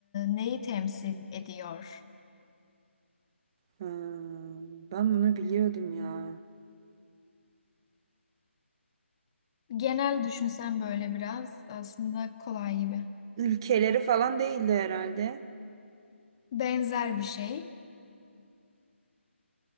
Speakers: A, on the left; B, on the right.
A: neyi temsil ediyor?
B: Hmm, ben bunu biliyordum ya.
A: Genel düşünsen böyle biraz aslında kolay gibi.
B: Ülkeleri falan değildi herhalde.
A: Benzer bir şey.